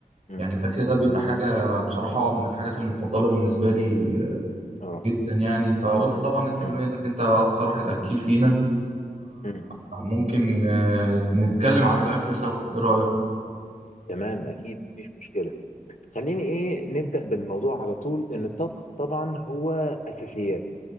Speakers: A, on the left; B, on the right.
A: مم.
B: يعني الأكل ده بيبقى
A: مم.
B: حاجة بصراحة من الحاجات المفضلة بالنسبة لي آه،
A: اه
B: جدا يعني فقلت طبعا أنت
A: مم.
B: بما إنك أنت أكتر واحد أكيل فينا
A: مم.
B: فممكن آه، نتكلم عن الأكل سوا إيه رأيك؟
A: تمام اكيد مفيش مشكله خليني ايه نبدا بالموضوع على طول ان الطبخ طبعا هو اساسيات